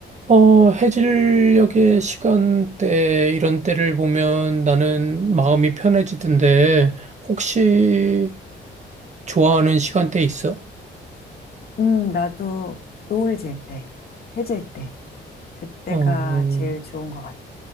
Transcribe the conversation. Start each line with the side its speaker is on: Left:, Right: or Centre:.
Right: 어, 해질녘의 시간대, 이런 때를 보면 나는 마음이 편해지던데, 혹시 좋아하는 시간대 있어?
Left: 음, 나도 노을 질 때, 해질 때, 그때가
Right: 어,
Left: 제일 좋은 것 같아.